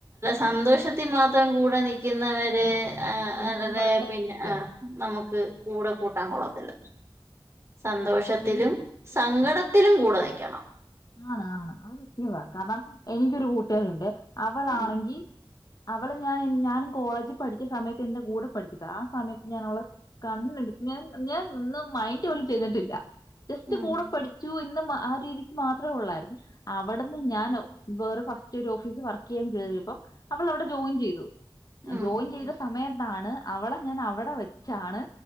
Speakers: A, on the right; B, on the left.
A: സന്തോഷത്തി മാത്രം കൂടെ നിക്കുന്നവരെ... ആ
B: ഫ്രണ്ട്സ്
A: അതതെ
B: ഒന്നും പറയാൻ പറ്റത്തില്ല.
A: പിന്നെ ആ നമുക്ക് കൂടെ കൂട്ടാൻ കൊള്ളത്തില്ല സന്തോഷത്തിലും
B: എൻ
A: സങ്കടത്തിലും കൂടെ നിക്കണം.
B: ആണ് ആണ് അത് സത്യവാ കാരണം എനിക്കൊരു കൂട്ടുകാരിയുണ്ടേ. അവളാണെങ്കി
A: ഉം
B: അവള് ഞാൻ ഞാനും കോളേജി പഠിച്ച സമയത്ത് എന്റെ കൂടെ പഠിച്ചതാ ആ സമയത്ത് ഞാനവളെ കണ്ണ്ടത് ഞാൻ ഞാൻ ന്ന് മൈൻഡ് പോലും ചെയ്തിട്ടില്ല ജസ്റ്റ്
A: ഉം
B: കൂടെ പഠിച്ചു എന്ന് ആ രീതിക്ക് മാത്രെയുള്ളായിരുന്നു അവിടുന്ന് ഞാൻ ഒ വേറെ ഫസ്റ്റൊരോഫീസിൽ വർക്ക് ചെയ്യാൻ കേറിയപ്പം അവൾ അവടെ ജോയിൻ ചെയ്തു
A: ഉം
B: ജോയിൻ ചെയ്ത സമയത്താണ് അവളെ ഞാൻ അവടെ വെച്ച് ച്ചാണ്